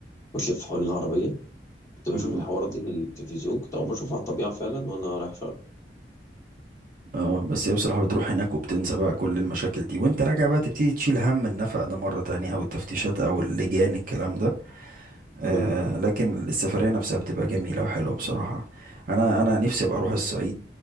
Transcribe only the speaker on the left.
وتلف حول العربية كنت بشوف
الحوارات دي في التلفزيون كنت أول مرة أشوفها على الطبيعة فعلا وأنا رايح شرم
مم.